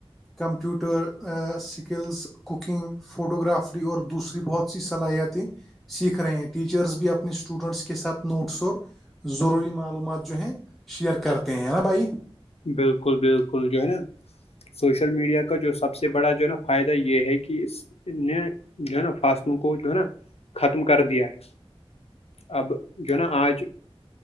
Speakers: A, in the centre; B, on the left (about 80°).
A: computer skills cooking photography اور دوسری بہت سی صلاحیتیں سیکھ رہے ہیں ٹیچرس بھی اپ اپنے اسٹوڈینٹس کے ساتھ نوٹس اور ضروری معلومات جو ہیں شیئر کرتے ہیں نا بھائی
B: بالکل بالکل جو ہے نا سوشل میڈیا کا جو سب سے بڑا جو ہے نا فائدہ یہ ہے کہ اس نے جو ہے نا فاصلوں کو جو ہے نا ختم کر دیا ہے اب جو ہے نا آج